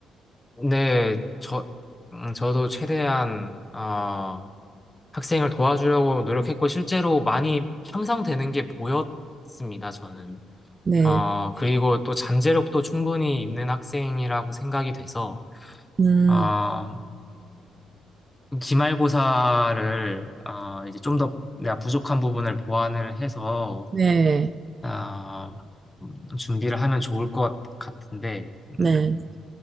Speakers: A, on the left; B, on the right.
A: 네, 저, 음, 저도 최대한, 어, 학생을 도와주려고 노력했고, 실제로 많이 향상되는 게 보였습니다, 저는.
B: 네,
A: 어, 그리고 또 잠재력도 충분히 있는 학생이라고 생각이 돼서,
B: 음,
A: 어, 기말고사를, 어, 이제 좀 더 내가 부족한 부분을 보완을 해서,
B: 네,
A: 어, 음, 준비를 하면 좋을 것 같은데,
B: 네.
A: 음,